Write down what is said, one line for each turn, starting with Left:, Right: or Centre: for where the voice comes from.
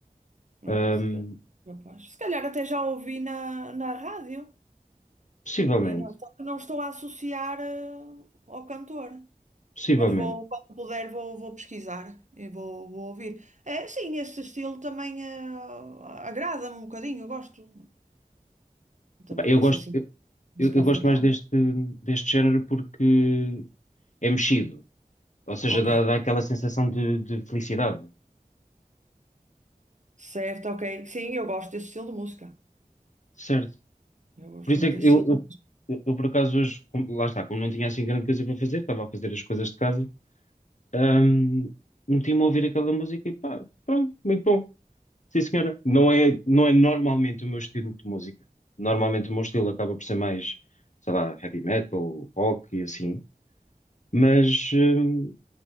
Right: Olha,
Left: Ahm,
Right: se calhar, rapaz. Se calhar até já ouvi na, na rádio
Left: possivelmente,
Right: e não, só que não estou a associar eh, ao cantor.
Left: possivelmente.
Right: Mas vou, quando puder, vou, vou pesquisar e vou, vou ouvir. É, sim, esse estilo também eh, agrada-me um bocadinho, eu gosto. Também
Left: Epá, eu
Right: ouço
Left: gosto,
Right: assim
Left: eu,
Right: música
Left: eu- eu
Right: africana.
Left: gosto mais deste, deste género porque é mexido, ou seja,
Right: Ok.
Left: dá, dá aquela sensação de, de felicidade,
Right: Certo, ok. Sim, eu gosto desse estilo de música.
Left: certo?
Right: Eu gosto
Left: Por isso
Right: muito
Left: é que
Right: desse
Left: eu,
Right: estilo de
Left: eu,
Right: música.
Left: eu, eu, por acaso, hoje, como- lá está, como não tinha assim grande coisa para fazer, estava a fazer as coisas de casa, ahm, meti-me a ouvir aquela música e pá, pronto, muito bom. Sim, senhora. Não é, não é normalmente o meu estilo de música. Normalmente o meu estilo acaba por ser mais, sei lá, heavy metal, rock e assim. Mas, hum,